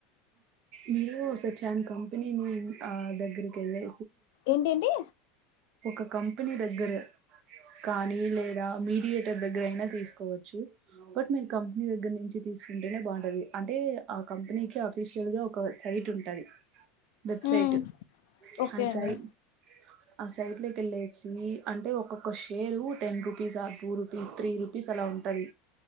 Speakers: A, on the right; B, on the left.
A: మీరు సచాన్ కంపెనీని ఆ దగ్గరికి వెళ్ళే
B: ఏంటేంటి
A: ఒక కంపెనీ దగ్గర కానీ లేదా మీడియేటర్ దగ్గర అయినా తీసుకోవచ్చు బట్ మీరు కంపెనీ దగ్గర నుంచి తీ తీసుంటేనే బావుంటది అంటే ఆ కంపెనీకి అఫీషియల్ గా ఒక సైట్ ఉంటది వెబ్సైట్
B: ఉమ్ ఓకే
A: హయి
B: అండి
A: సయి ఆ సైట్లే కెళ్ళేసి అంటే ఒక్కొక్క షేరు టెన్ రూపీస్ ఆ టూ రూపీస్ త్రీ రుపీస్ అలా ఉన్ ఉంటాది